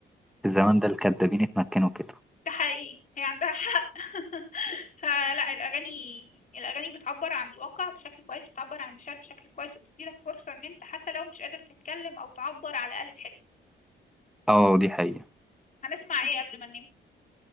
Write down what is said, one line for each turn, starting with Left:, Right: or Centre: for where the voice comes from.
Centre: في الزمان ده الكدابين اتمكنوا كده
Left: ده حقيقي هي عندها حق <laughs> فلا الأغاني الأغاني بتعبر عن الواقع بشكل كويس بتعبر عن المشاعر بشكل كويس وبتديلك فرصة إن أنت حتى لو مش قادر تتكلم أو تعبر على الأقل تحس
Centre: أه دي حقيقة
Left: هنسمع إيه قبل ما ننام